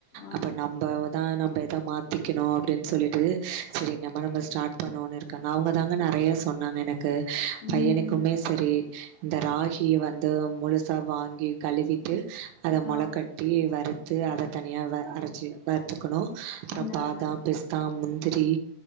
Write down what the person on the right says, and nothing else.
அப்ப நம்பவ்தா நம்ப த மாத்திக்கணு அப்டின் சொல்லிட்டு சரி நம்ம நம்ம ஸ்டார்ட் பண்ணோன்னு இருக்கங்க அவங்க தாங்க நெறைய சொன்னாங்க எனக் கு
பையனுக்குமே
சரி இந்த ராகி வந்து முழுசா வாங்கி கழுவிட்டு அத மொள
கட்டி வறுத்து அத
தனியா வ அரச்சு வறுத்துக்கணு அப்றோ
பாதாம்
பிஸ்தா முந்திரி